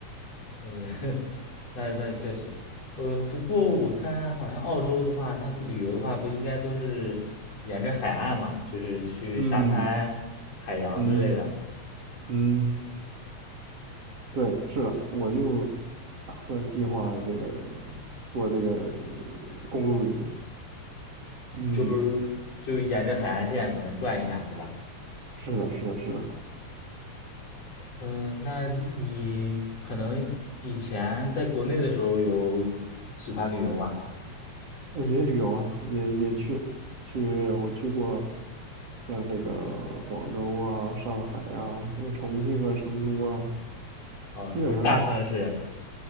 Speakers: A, on the left; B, on the right.
A: 嗯，<laughs> 那那确实，呃，不过我看好像澳洲的话，它旅游的话，不应该都是沿着海岸嘛，就是去沙滩、
B: 嗯
A: 海洋之类的，
B: 嗯嗯，对，是的，我就打算计划这个做这个公路旅行。嗯，
A: 就是就沿着海岸线可能转一下，对吧？
B: 是的，是的，是的，
A: 嗯，那你可能以前在国内的时候有喜欢旅游吗？
B: 也旅游啊，也也去去，我去过像这个广州啊、上海啊、什么重庆啊、成都啊。
A: 哦，
B: 基本上
A: 都是大城市。